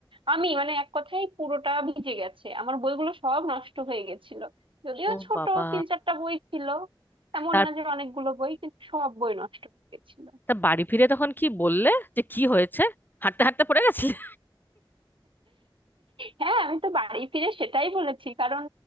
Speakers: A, on the right; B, on the left.
A: আমি মানে এক কথায় পুরোটা ভিজে গেছে আমার বইগুলো সব নষ্ট হয়ে গেছিল যদিও
B: ও
A: ছোট
B: বাবা
A: তিন চারটা বই ছিল এমন
B: তার
A: না যে অনেকগুলো বই কিন্তু সব বই নষ্ট হয়ে গেছিল
B: তা বাড়ি ফিরে তখন কি বললে যে কি হয়েছে হাঁটতে হাঁটতে পড়ে গেছিলে
A: হ্যাঁ আমি তো বাড়ি ফিরে সেটাই বলেছি কারণ